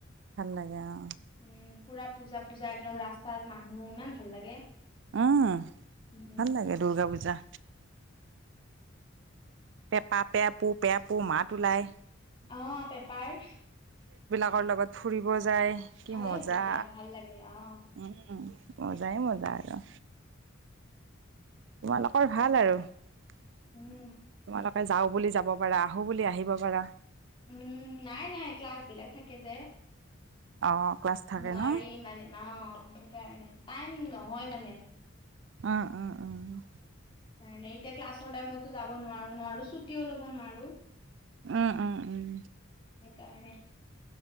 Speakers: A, on the right; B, on the left.
A: ভাল লাগে অ।
B: উম পুৰা পূজা পূজা একদম ৰাস্তাত মানুহ ইমান ভাল লাগে।
A: উম
B: উম
A: ভাল লাগে দুৰ্গা পূজা। পেপা পে পো পে পো মাত ওলাই।
B: অ পেপাৰ।
A: লগৰ লগত ফুৰিব যায় কি মজা
B: এ বঢ়িয়া ভাল লাগে অ'
A: উম। মজাই মজা আৰু। তোমালোকৰ ভাল আৰু তোমালোক
B: উম।
A: যাও বুলি যাব পাৰা আহো বুলি আহিব পাৰা।
B: উম নাই নাই ক্লাছ বিলাক থাকে যে।
A: অ ক্লাছ থাকে
B: নোৱাৰি
A: ন
B: মানে অ সেইকাৰণে টাইম নহয় মানে।
A: অ', -অ', -অ'।
B: হয় নে এতিয়া ক্লাছৰ টাইমটো যাব নোৱাৰো, নোৱাৰো ছুটিও লব নোৱাৰো।
A: উম-উম-উম।
B: সেইকাৰণে।